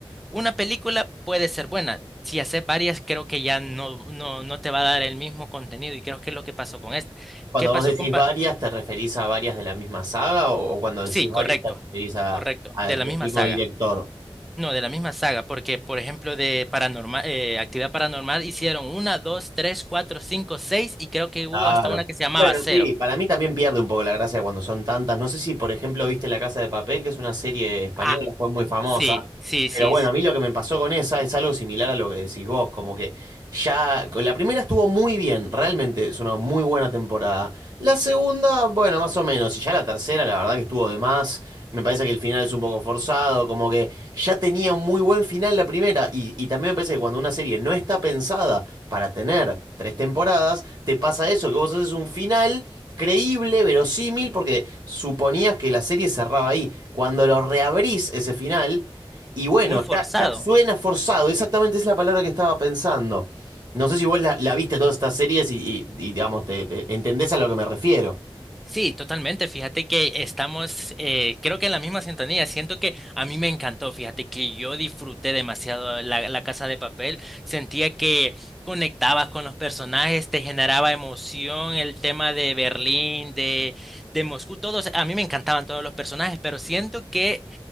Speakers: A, in the centre; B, on the right (about 45°).
A: una película puede ser buena. Si haces varias, creo que ya no, no, no te va a dar el mismo contenido y creo que es lo que pasó con esta.
B: Cuando
A: ¿Qué pasó
B: vos decís
A: con... Pa-
B: varias, ¿te referís a varias de la misma saga o, o cuando decís
A: Sí,
B: varias
A: correcto,
B: te referís a,
A: correcto,
B: a-
A: de
B: del
A: la misma
B: mismo
A: saga.
B: director?
A: No, de la misma saga, porque por ejemplo de paranormal, actividad paranormal hicieron una, dos, tres, cuatro, cinco, seis y creo que hubo
B: Claro.
A: hasta una que se llamaba
B: Bueno,
A: cero.
B: sí, para mí también pierde un poco la gracia cuando son tantas. No sé si, por ejemplo, viste La Casa de Papel, que es una serie española,
A: Ah,
B: fue muy famosa.
A: sí, sí,
B: Pero
A: sí,
B: bueno, a mí lo que me pasó con esa es algo similar a lo que decís vos, como que ya la primera estuvo muy bien, realmente es una muy buena temporada. La segunda, bueno, más o menos, y ya la tercera, la verdad que estuvo de más. Me parece que el final es un poco forzado, como que ya tenía un muy buen final la primera, y, y también me parece que cuando una serie no está pensada para tener tres temporadas, te pasa eso, que vos haces un final creíble, verosímil, porque suponías que la serie cerraba ahí. Cuando lo reabrís ese final, y bueno,
A: Muy forzado.
B: ya suena forzado, exactamente es la palabra que estaba pensando. No sé si vos la, la viste todas estas series y, y- y, digamos, te, te entendés a lo que me refiero.
A: Sí, totalmente. Fíjate que estamos, eh, creo que en la misma sintonía. Siento que a mí me encantó. Fíjate que yo disfruté demasiado la, la Casa de Papel. Sentía que conectabas con los personajes, te generaba emoción el tema de Berlín, de, de Moscú, todos. A mí me encantaban todos los personajes, pero siento que